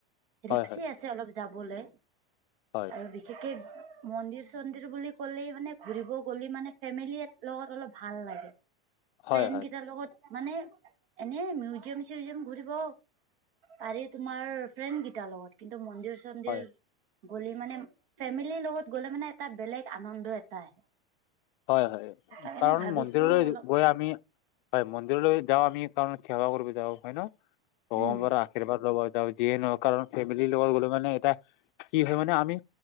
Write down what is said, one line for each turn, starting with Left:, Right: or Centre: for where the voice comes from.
Left: হয়
Right: ৰিক্সি
Left: হয়
Right: আছে অলপ যাবলে।
Left: হয়।
Right: আৰু বিশেষকৈ মন্দিৰ চন্দিৰ বুলি ক'লেই মানে, ঘূৰিব গ'লে মানে ফেমিলিত লগত অলপ ভাল লাগে।
Left: হয়
Right: ফ্ৰেণ্ডকেইটাৰ
Left: হয়
Right: লগত মানে এনে মিউজিয়াম চিউজিয়াম ঘূৰিব পাৰি তোমাৰ ফ্ৰেণ্ডকেইটাৰ লগত কিন্তু মন্দিৰ চন্দিৰ
Left: হয়
Right: গ'লে মানে ফেমিলিৰ লগত গ'লে মানে এটা বেলেগ আনন্দ এটা আহে।
Left: হয় হয়,
Right: তাৰ কাৰণে
Left: কাৰণ
Right: ভাবিছো
Left: মন্দিৰলৈ
Right: অলপ
Left: গৈ আমি হয় মন্দিৰলৈ যাওঁ আমি কাৰণে সেৱা কৰিব যাওঁ হয় ন, ভগৱানৰ
Right: উম
Left: পৰা আৰ্শীৰ্বাদ লব যিয়ে নহ কাৰণ ফেমিলিৰ লগত গ'লে মানে এটা কি হয় মানে আমি,